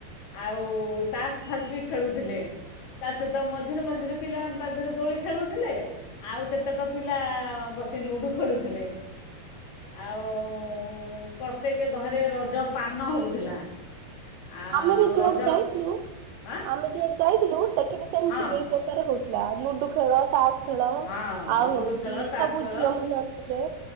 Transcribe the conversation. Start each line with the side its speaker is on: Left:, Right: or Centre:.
Left: ଆଉ ତାସ୍ ଫାସବି ଖେଳୁଥିଲେ। ତାସହିତ ମଝିରେ ମଝିରେ ପିଲାମାନେ ତାଦେହରେ ଦୋଳି ଖେଳୁଥିଲେ। ଆଉ କେତେକ ପିଲା ବସି ଲୁଡୁ ଖେଳୁଥିଲେ। ଆଉ ଓ ଓ ଓ ଓ ପ୍ରତ୍ୟେକ ଘରେ ରଜ ପାନ ହେଉଥିଲା। ଆଉ
Right: ଆମେବି ଯୁଆଡେ
Left: ରଜ
Right: ଯାଇଥିଲୁ
Left: ଆଁ
Right: ଆମେ ଯୁଆଡ଼େ ଯାଇଥିଲୁ ସେଠିବି ସେମିତି
Left: ହଁ
Right: ଏଇ ପ୍ରକାର ହଉଥିଲା ଲୁଡୁ ଖେଳ ତାସ ଖେଳ
Left: ହଁ
Right: ଆଉ
Left: ଲୁଡ଼ୁ
Right: ହଉଛି
Left: ଖେଳ ତାସ୍
Right: ସବୁ
Left: ଖେଳ
Right: ଝିଅ ମାନେ ଆସୁଥିଲେ